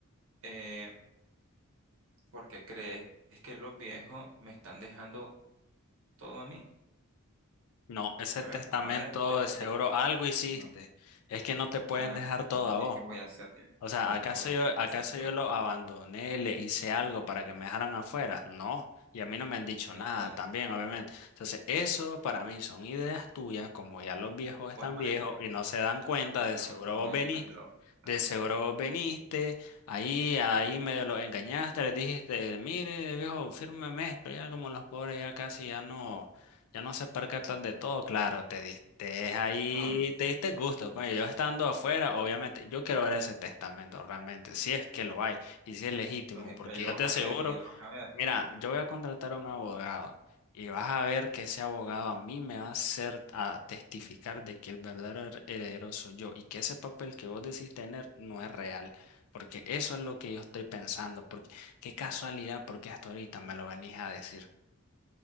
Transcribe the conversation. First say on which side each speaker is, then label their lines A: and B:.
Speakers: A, on the right; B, on the left.
A: eh, ¿por qué crees que los viejos me están dejando todo a mí?
B: No, ese
A: A ver,
B: testamento
A: a ver, defe-
B: de seguro
A: de-
B: algo hiciste.
A: no,
B: Es que no te pueden
A: ah,
B: dejar todo
A: no,
B: a
A: ¿y
B: vos.
A: qué voy a hacer? yo?
B: O sea,
A: ¿Y
B: ¿acaso
A: qué voy a
B: yo, acaso
A: hacer yo?
B: yo lo abandoné, le hice algo para que me dejaran afuera? No, y a mí no me han dicho
A: Pues,
B: nada
A: Bueno,
B: también, obviamente. Entonces, eso para mí son ideas tuyas, como ya los
A: no,
B: viejos están
A: pues para
B: viejos
A: que, te...
B: y no se dan cuenta, de
A: no,
B: seguro
A: no,
B: vos venís,
A: estás loco. Estás
B: de
A: loco.
B: seguro vos viniste, ahí, ahí medio los engañaste, les dijiste, mire, viejo, fírmeme esto, ya como los pobres ya casi ya no. Ya no se percatan de todo, claro, te diste ahí,
A: No, no.
B: te diste gusto
A: no.
B: Coño, yo estando afuera, obviamente, yo quiero ver ese testamento realmente, si es que lo hay y si es legítimo,
A: Pues ahí
B: porque
A: ahí lo
B: yo
A: vas
B: te
A: a
B: aseguro,
A: ver, ahí lo vas a ver.
B: mira, yo voy a contratar a un abogado y vas a ver que ese abogado a mí me va a hacer a testificar de que el verdadero her- heredero soy yo y que ese papel que vos decís tener no es real, porque eso es lo que yo estoy pensando, porque qué casualidad, porque hasta ahorita me lo venís a decir.